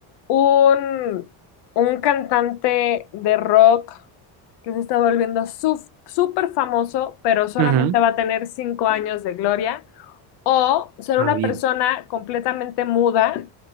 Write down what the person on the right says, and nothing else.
Ujú.
Ah, bien,